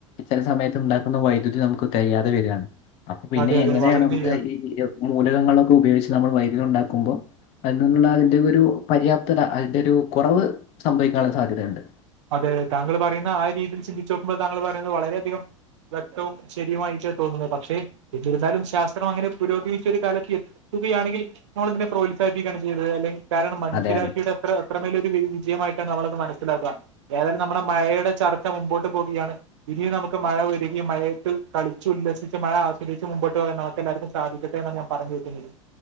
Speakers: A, on the left; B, on the right.
A: ചെല സമയത്ത് ഉണ്ടാക്കുന്ന വൈദ്യുതി നമുക്ക് തികയാതെ വരയാണ് അപ്പൊ പിന്നെ
B: അതെ അതെ
A: എങ്ങനെയാണ്
B: വളരെ
A: നമുക്ക്
B: ശരിയാണ്.
A: ഈ മൂലകങ്ങളൊക്കെ ഉപയോഗിച്ച് നമ്മച്ച് വൈദ്യുതി ഉണ്ടാക്കുമ്പോ അതിനന്നുള്ള അതിന്റെ ഒരു പര്യാപ്ത അതിൻറെ ഒരു കുറവ് സംഭവിക്കാനുള്ള സാധ്യതയുണ്ട്
B: അതെ അതെ താങ്കൾ പറയുന്ന ആ രീതിയിൽ ചിന്തിച്ച് നോക്കുമ്പോൾ താങ്കൾ പറയുന്നത് വളരെയധികം വട്ടവും ശരിയമായിട്ട് തോന്നുന്നത് പക്ഷേ എന്നിരുന്നാലും ശാസ്ത്രം അങ്ങനെ പുരോഗമിച്ചൊ ഒരു കാലത്ത് തുകയാണെങ്കിൽ നമ്മളതിനെ പ്രോത്സാഹിപ്പിക്കുകാണ് ചെയ്തത് അല്ലെങ്കിൽ കാരണം മനുഷ്യരാശിയുടെ
A: അതെ അതെ
B: അത്ര അത്രമേലൊരു വിജയമായിട്ടാണ് നമ്മളത് മനസ്സിലാക്കുക ഏതായാലും നമ്മുടെ മഴയുടെ ചർച്ച മുമ്പോട്ട് പോവുകയാണ് ഇനിയും നമുക്ക് മഴ ഒരുങ്ങി മഴയത്ത് കളിച്ചു ഉല്ലസിച്ച് മഴ ആസ്വദിച്ച് മുമ്പോട്ട് പോകാൻ നമുക്ക് എല്ലാവർക്കും സാധിക്കട്ടെ എന്ന ഞാൻ പറഞ്ഞു വക്കുന്നത്